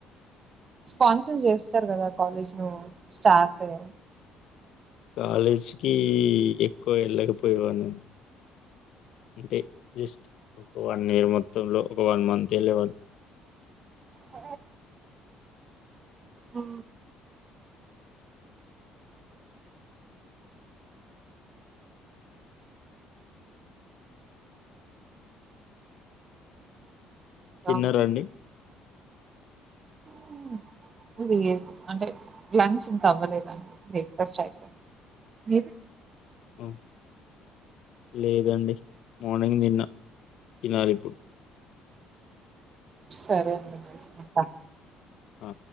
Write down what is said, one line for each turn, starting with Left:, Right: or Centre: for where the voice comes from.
Right: స్పాన్సర్స్ చేస్తారు కదా కాలేజ్ లో స్టాఫే
Left: కాలేజీకిి ఎక్కువ వెళ్ళకపోయేవాన్నండి అంటే జస్ట్ ఒక వన్ ఇయర్ మొత్తంలో ఒక వన్ మంత్ ఎల్లేవాళ్ళం
Right: అ ఆహా ఇంకా
Left: తిన్నరా అండి
Right: హ్మ్. లేదు అంటే లంచ్ ఇంకా అవ్వలేదండి బ్రేక్ఫాస్ట్ అయిపోయింది మీది
Left: ఆ, లేదండి మార్నింగ్ తిన్న తినాలి ఇప్పుడు
Right: సరే అండి ఉంట
Left: ఆ